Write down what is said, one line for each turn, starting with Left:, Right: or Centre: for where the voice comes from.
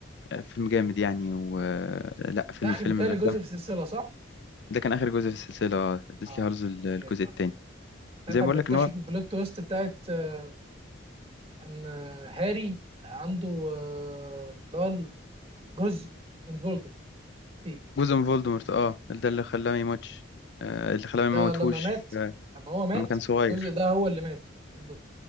Left: فيلم جامد يعني و آه، لا فيلم
Right: ده اخر
Left: فيلم
Right: تالي
Left: من الأفلام
Right: جزء في السلسلة صح؟
Left: ده كان آخر جزء في السلسلة ديسلي
Right: اه
Left: هارز ال- الجزء
Right: ده جامد عامة
Left: التاني
Right: ساعتها
Left: زي ما
Right: بنكتشف
Left: بقول لك إن هو
Right: البلوت تويست بتاعت آه، ان آه، هاري عنده آه، اللي هو جزء من فولدمورت فيه
Left: جزء من فولدمورت اه ده اللي خلاه ما يموتش آه، اللي خلاه ما
Right: ده
Left: يموتهوش
Right: لما مات
Left: آه،
Right: لما هو مات
Left: لما كان صغير
Right: الجزء ده هو اللي مات بالظبط